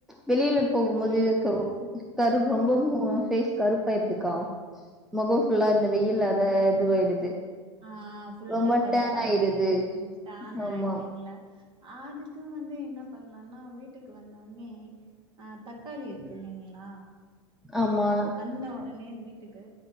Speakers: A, in the centre; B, on the right.
A: வெளில போகும்போது
B: பொலிவு
A: <unintelligible> கருவ்
B: ம்
A: ரொம்ப மு ஃபேஸ் கருப் பயிர்க்கா மொகோ ஃபுல்லா இந்த
B: அதுதா
A: வெயில்லாத இதுவாயிடுது
B: ஆ ஃபுல்லா
A: ரொம்ப
B: கருப்பாயிடுது
A: டேன் ஆயிடுது.
B: டேன்
A: ஆமா
B: ஆயிடுவீங்ளா அ அதுக்கு வந்து என்ன பண்லான்னா வீட்டுக்கு வந்த ஒன்னே அ தக்காளி இருக்கு இல்லிங்ளா
A: ஆமா நா
B: ந்த ஒடனே வீட்டுக்கு